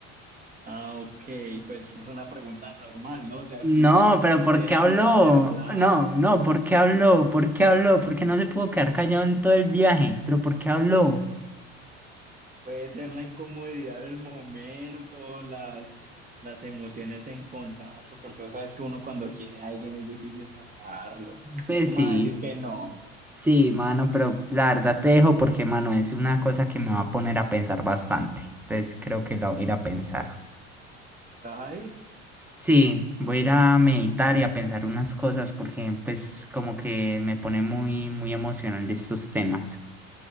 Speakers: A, on the right (about 25°); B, in the centre.
A: Ah, ok, pues es una pregunta normal, ¿no? O sea, si,
B: No, pero ¿por
A: si habían
B: qué habló?
A: dejado de hablarse,
B: No, no, ¿por qué habló? ¿Por qué habló? ¿Por qué no se pudo quedar callado en todo el viaje? ¿Pero por qué habló?
A: puede ser la incomodidad del momento, las, las emociones encontradas, pues, porque vos sabes que uno cuando quiere a alguien es difícil sacarlo.
B: Pues
A: ¿Cómo
B: sí,
A: vas a decir que no?
B: sí, mano, pero la verdad te dejo porque, mano, es una cosa que me va a poner a pensar bastante. Entonces creo que la voy a ir a pensar.
A: ¿Te vas a ir?
B: Sí, voy a ir a meditar y a pensar unas cosas porque, pues, como que me pone muy, muy emocional estos temas.